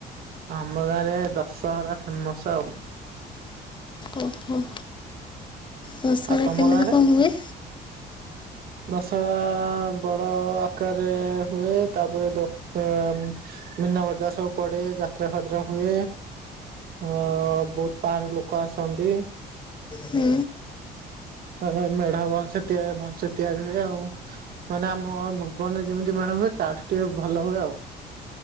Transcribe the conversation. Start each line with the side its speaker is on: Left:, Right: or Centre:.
Right: ଆମ ଗାଁ ରେ ଦଶହରା ଫେମସ୍।
Left: ଓହୋ। ଦସରା
Right: ଆଉ ତମ
Left: କେମିତି
Right: ଗାଁରେ?
Left: କଣ ହୁଏ?
Right: ଦଶହରା ବଡ ଆକାରରେ ହୁଏ ତାପରେ ଦୋକାନ ମୀନା ବଜାର ସବୁ ପଡେ ଯାତ୍ରା ଫାତ୍ରା ହୁଏ ହ ବହୁତ ପା <unintelligible> ଲୋକ ଆସନ୍ତି।
Left: ହୁଁ।
Right: ମେଢା ଭଲସେ ତିଆରି ଭଲସେ ତିଆରି ହୁଏ ଆଉ। ମାନେ ଆମ ଭୁବନରେ ଯେମିତି ମେଢ଼ ହୁଏ ତାଠୁ ଟିକେ ଭଲ ହୁଏ ଆଉ।